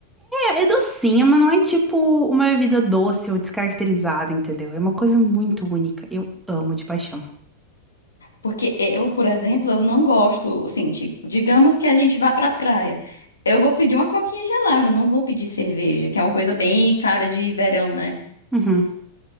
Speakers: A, in the centre; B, on the left.
A: É, é docinha, mas não é tipo uma bebida doce ou descaracterizada, entendeu? É uma coisa muito única. Eu amo de paixão.
B: Porque eu, por exemplo, eu não gosto, assim, tipo, digamos que a gente vá pra praia. Eu vou pedir uma coquinha gelada, não vou pedir cerveja, que é uma coisa bem cara de verão, né?
A: Uhum.